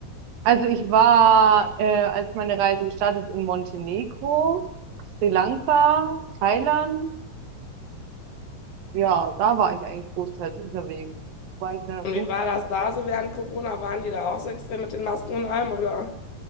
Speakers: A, on the right; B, on the left.
A: Also ich war, äh, als meine Reise gestartet, in Montenegro, Sri Lanka, Thailand. Ja, da war ich eigentlich großteils unterwegs. War ich da
B: Und
A: gut.
B: wie war das da so während Corona? Waren die da auch so extrem mit den Masken und allem, oder?